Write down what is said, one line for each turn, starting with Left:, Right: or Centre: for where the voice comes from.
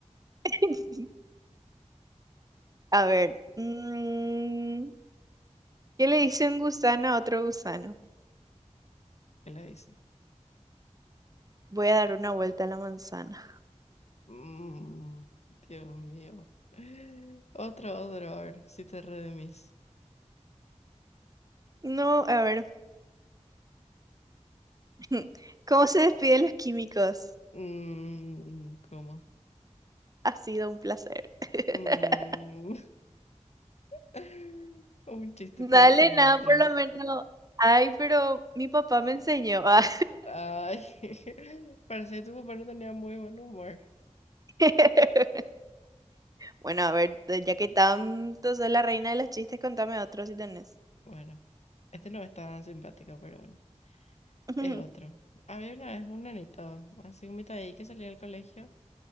Right: <laughs> A ver, mm, ¿qué le dice un gusano a otro gusano?
Left: que le hice.
Right: Voy a dar una vuelta a la manzana.
Left: Mm, Dios mío. Otro, otro, a ver si te redimís.
Right: No, a ver, <laughs> ¿cómo se despiden los químicos?
Left: Mm, ¿cómo?
Right: Ha sido un placer. <laughs>
Left: Mm, <laughs> un chiste
Right: Dale,
Left: peor que el
Right: nada,
Left: otro.
Right: por lo menos. Ay, pero mi papá me enseñó. Ah.
Left: Ay, <laughs> parece que tu papá no tenía muy buen humor.
Right: <laughs> Bueno, a ver, ya que tanto soy la reina de los chistes, contame otro si tenés.
Left: Bueno, este no es tan simpático, pero bueno,
Right: <laughs>
Left: es otro. Había una vez un nenito, así un mitad ahí que salía del colegio.